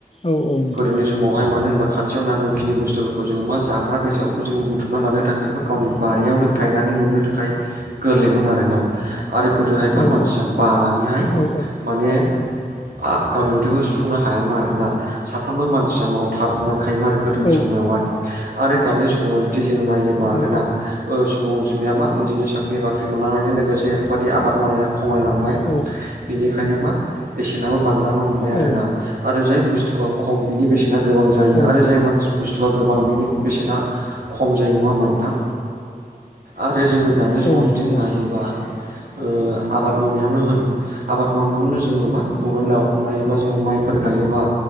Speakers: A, on the left (about 40°); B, on the right (about 65°).
A: औ औ नोंथां
B: गोदोनि समावहाय मानो होनबा खाथ थियाव नांगौ खिनि बुस्थुफोरखौ जोंङो मा जाग्रा बेसादफोरखौ जोंङो बुथुमना लानो थाखाय मा गावनि बारियावनो गायनानै मोननो थाखाय गोरलैमोन आरोना। आरो गोदोहाय मा
A: औ
B: मानसिया
A: औ
B: बानानैहाय
A: औ
B: माने आ गावनि उदैखौ सुफुंनो हायामोन आरोना साफ्रोमबो मानसिया माव थाहमनांखायोमोन आरो गोदोनि
A: औ
B: समायावहाय आरो दानि समायाव जुदि जोंङो नायोबा आरोना
A: औ
B: ओ सुबुं अनजिमायायााबा बिदिनो साख्रि बाख्रि मोनलांनायजों लोगोसे बेफोरबायदि आबाद मावनाया खमायलांबाय
A: औ
B: बेनिखायनो मा बेसेनाबो बांलांनो हमबाय आरोना।
A: औ
B: आरो जाय बुस्थुआ खम बिनि बेसेना गोबां जायो
A: औ नोंथां औ नोंथां औ नोंथां औ
B: आरो
A: नोंथां
B: जाय
A: औ नोंथां औ नोंथां औ
B: मानसि
A: औ
B: बुस्थुआ गोबां बेनि बेसेना खम जायो नंङा होमबा नोंथां? आरो जोंङो दानि
A: औ
B: समाव जुदि
A: नोंथां
B: नायोबा ओ आबाद मावनायावनो होन आबाद मावनायावनो जोंङो मा न'आवनो लायोबा जोंङो माइफोर गायोबा